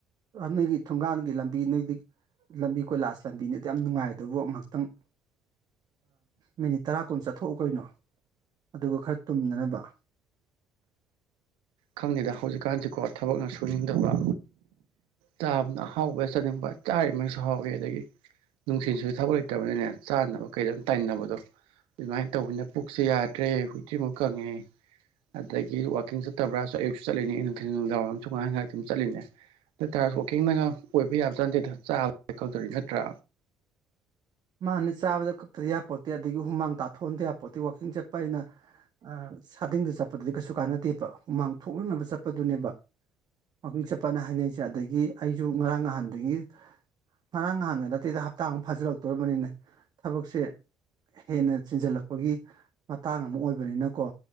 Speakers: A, on the right; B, on the right.
A: ꯅꯣꯏꯒꯤ ꯊꯣꯡꯒꯥꯟꯒꯤ ꯂꯝꯕꯤ ꯅꯣꯏꯗꯤ ꯂꯝꯕꯤ ꯀꯣꯏꯂꯥꯁ ꯂꯝꯕꯤꯅꯤꯗꯨ ꯌꯥꯝ ꯅꯨꯡꯉꯥꯏꯗꯕꯨ ꯉꯥꯏꯍꯥꯛꯇꯪ ꯃꯤꯅꯤꯠ ꯇꯔꯥ ꯀꯨꯟ ꯆꯠꯊꯣꯛꯎ ꯀꯩꯅꯣ ꯑꯗꯨꯒ ꯈꯔ ꯇꯨꯝꯅꯅꯕ
B: ꯈꯪꯗꯦꯗ ꯍꯧꯖꯤꯛꯀꯥꯟꯁꯤꯀꯣ ꯊꯕꯛꯅ ꯁꯨꯅꯤꯡꯗꯕ ꯆꯥꯕꯅ ꯍꯥꯎꯕ ꯆꯥꯅꯤꯡꯕ ꯆꯥꯔꯤꯕꯃꯩꯁꯨ ꯍꯥꯎꯋꯤ ꯑꯗꯒꯤ ꯅꯨꯡꯊꯤꯟꯁꯨ ꯊꯥꯕꯛ ꯂꯩꯇꯕꯅꯤꯅꯦ ꯆꯥꯅꯕ ꯀꯩꯗꯝ ꯇꯥꯏꯅꯕꯗꯣ ꯑꯗꯨꯃꯥꯏꯅ ꯇꯧꯕꯅꯤꯅ ꯄꯨꯛꯁꯦ ꯌꯥꯗ꯭ꯔꯦ ꯍꯨꯏ ꯇ꯭ꯔꯤꯃꯨꯛ ꯀꯪꯉꯦ ꯑꯗꯒꯤ ꯋꯥꯀꯤꯡ ꯆꯠꯇꯕ꯭ꯔꯥꯁꯨ ꯑꯌꯨꯛꯁꯨ ꯆꯠꯂꯤꯅꯦ ꯅꯨꯡꯊꯤꯟ ꯅꯨꯡꯗꯥꯡ ꯋꯥꯔꯝ ꯁꯨ ꯉꯥꯏꯍꯥꯛ ꯉꯥꯏꯍꯥꯛ ꯑꯗꯨꯝ ꯆꯠꯂꯤꯅꯦ ꯑꯗꯨ ꯇꯔꯁꯨ ꯋꯥꯋꯥꯛꯀꯤꯡꯅꯒ ꯑꯣꯏꯕ ꯌꯥꯕꯖꯥꯠ ꯅꯠꯇꯦꯗ ꯆꯥꯕ <unintelligible> ꯅꯠꯇ꯭ꯔꯥ
A: ꯃꯥꯅꯦ ꯆꯥꯕꯗ ꯀꯛꯇꯗꯤ ꯌꯥꯄꯣꯠꯇꯦ ꯑꯗꯒꯤ ꯍꯨꯃꯥꯡ ꯇꯥꯊꯣꯛꯍꯟꯗꯌꯥꯄꯣꯠꯇꯦ ꯋꯥꯛꯀꯤꯡ ꯆꯠꯄ ꯍꯥꯏꯁꯤꯅ ꯑ ꯁꯥꯗꯤꯡꯗ ꯆꯠꯄꯗꯨꯗꯤ ꯀꯩꯁꯨ ꯀꯥꯟꯅꯗꯦꯕ ꯍꯨꯃꯥꯡ ꯊꯣꯛꯅꯅꯕ ꯆꯠꯄꯗꯨꯅꯦꯕ ꯋꯥꯛꯀꯤꯡ ꯆꯠꯄꯅ ꯍꯥꯏꯅꯩꯁꯦ ꯑꯗꯒꯤ ꯑꯩꯁꯨ ꯉꯔꯥꯡ ꯅꯍꯥꯟꯗꯒꯤ ꯉꯔꯥꯡ ꯅꯍꯥꯟꯗ ꯅꯠꯇꯦꯗ ꯍꯞꯇꯥ ꯑꯃ ꯐꯥꯖꯤꯜꯂꯛꯇꯣꯔꯕꯅꯤꯅꯦ ꯊꯕꯛꯁꯦ ꯍꯦꯟꯅ ꯆꯤꯟꯖꯜꯂꯛꯄꯒꯤ ꯃꯇꯥꯡ ꯑꯃ ꯑꯣꯏꯕꯅꯤꯅꯀꯣ